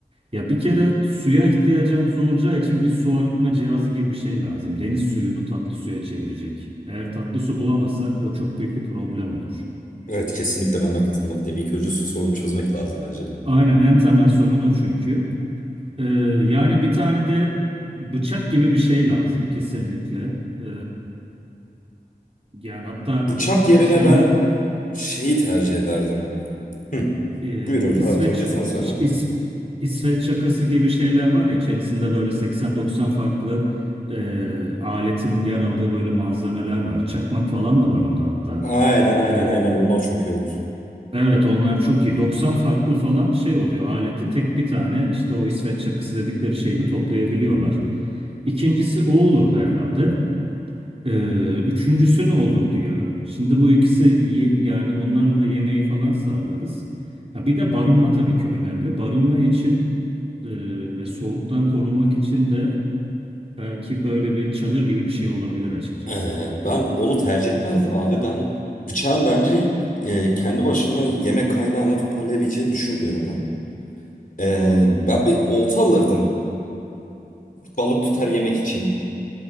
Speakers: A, on the right; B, on the left.
A: Ya bir kere suya ihtiyacımız olacağı için bir su arıtma cihazı gibi bir şey lazım. Deniz suyunu tatlı suya çevirecek. Eğer tatlı su bulamazsak o çok büyük bir problem olur.
B: Evet kesinlikle ben de katılmak değil. İlk önce su sorunu çözmek lazım bence de.
A: Aynen en temel sorun o çünkü. Ee, yani bir tane de bıçak gibi bir şey lazım kesinlikle. Ee, yani hatta
B: Bıçak
A: şu
B: yerine
A: şeyler...
B: ben şeyi tercih ederdim. Hı.
A: e,
B: Buyur hocam.
A: İsveç
B: Abi önce sen söyle.
A: İs- İsveç çakısı gibi şeyler var ya içerisinde böyle 80-90 farklı e, aletin yer aldığı böyle malzemeler var. Çakmak falan da var onda hatta.
B: Aynen aynen
A: E,
B: aynen onlar çok iyi olur.
A: evet onlar çok iyi. 90 farklı falan şey oluyor. Aleti tek bir tane işte o İsveç çakısı dedikleri şeyde toplayabiliyorlar. İkincisi o olurdu herhalde. Ee, üçüncüsü ne olurdu ya? Şimdi bu ikisi iyi yani onlarla da yemeği falan sağlarız. Ya bir de barınma tabii ki önemli. Barınma için e, ve soğuktan korunmak için de belki böyle bir çadır gibi bir şey olabilir açıkçası.
B: Ee, ben onu tercih etmezdim abi. Ben bıçağın bence e, kendi başına yemek kaynağını toparlayabileceğini düşünmüyorum ben. Ee,
A: Hmm.
B: ben bir olta alırdım. Balık tutar yemek için.